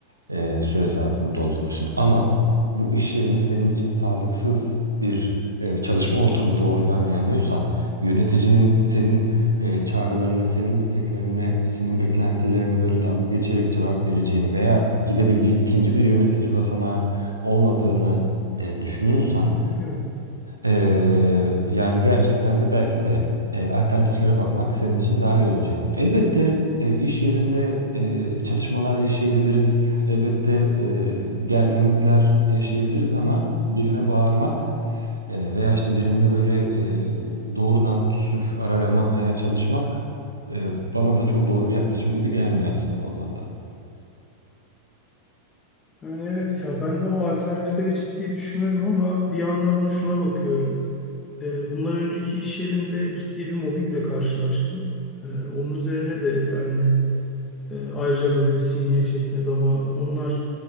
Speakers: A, on the right; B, on the left.
A: e, süre zarfını doldurmuşsun. Ama bu iş yerinin senin için sağlıksız bir e, çalışma ortamı doğuracağına inanıyorsan, yöneticinin senin e, çağrılarına, senin isteklerine, senin beklentilerine böyle dalga geçerek cevap vereceğini veya gidebileceğin ikinci bir yönetici basamağı olmadığını e, düşünüyorsan,
B: Yok.
A: ee, yani gerçekten de belki de e, alternatiflere bakmak senin için daha iyi olacaktır. Elbette e, iş yerinde e, çatışmalar yaşayabiliriz. Elbette e, gerginlikler yaşayabiliriz ama birine bağırmak e, veya işte birinde böyle e, doğrudan suç aramaya çalışmak e, bana da çok doğru bir yaklaşım gibi gelmiyor aslında bu anlamda.
B: Yani evet ya ben de o alternatifleri ciddi düşünüyorum ama bir yandan da şuna bakıyorum. Ee, bundan önceki iş yerimde ciddi bir mobbingle karşılaştım. Ee, onun üzerine de yani e, ayrıca böyle bir sineye çekmez ama onlar